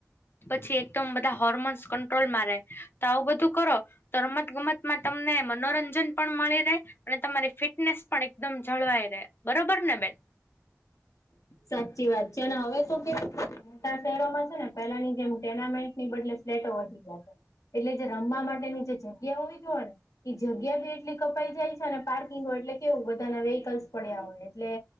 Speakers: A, on the left (about 45°); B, on the left (about 80°).
A: પછી એક એકદમ બધા હોર્મોન્સ કંટ્રોલમાં રહે તો આવું બધું કરો. તો રમત ગમતમાં તમને મનોરંજન પણ મળી રહે. અને તમારી ફિટનેસ પણ એકદમ જળવાઈ રહે, બરોબર ને બેન?
B: સાચી વાત છે, અને હવે શું કે શહેરોમાં છે ને પેલાની જેમ ટુર્નામેન્ટની બદલે ફ્લેટ વધી ગયા છે. એટલે જે રમવા માટેની જે જગ્યા હોય તો હોય ને. એ જગ્યા બી એટલી કપાઈ જાય છે અને પાર્કિંગો એટલે કેવું બધાના વેહકલ્સ પડ્યા હોય એટલે